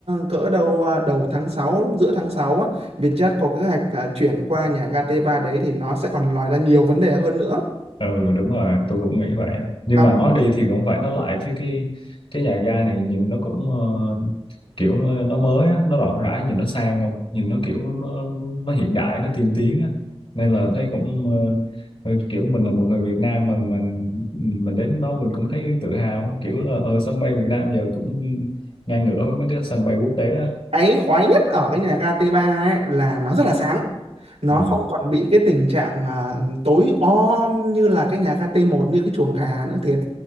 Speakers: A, on the right (about 80°); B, on the left (about 60°).
A: cỡ đầu à, đầu tháng sáu giữa tháng 6 á Vietjet có kế hoạch à, chuyển qua nhà ga t ba đấy thì nó sẽ còn lòi ra nhiều vấn đề hơn nữa
B: ừ đúng rồi tôi cũng nghĩ vậy á. nhưng
A: mà
B: mà nói đi thì cũng phải nói lại chứ cái cái nhà ga này nhìn nó cũng ờ, kiểu nó mới á, nó rộng rãi nhìn nó sang không nhìn nó kiểu nó nó hiện đại nó tiên tiến á nên là thấy cũng ờ, ờ, kiểu mình là một người Việt Nam mà mình mình đến đó mình cũng thấy tự hào kiểu là ở sân bay Việt Nam giờ cũng ngang ngửa với mấy cái sân bay quốc tế á
A: cái khoái nhất ở cái nhà ga t ba ấy là nó rất là sáng nó
B: ừ.
A: không còn bị cái tình trạng à, tối om như là cái nhà ga t một như cái chuồng gà nữa thiệt